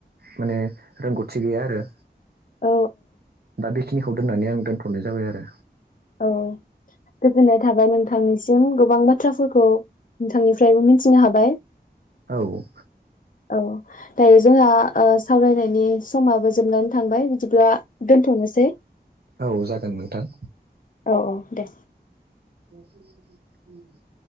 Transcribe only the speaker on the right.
माने रोंगौथि गैया आरो
दा बेखिनिखौ दोननानै आं दोनथ'नाय जाबाय आरो
औ
औ जागोन नोंथां
बस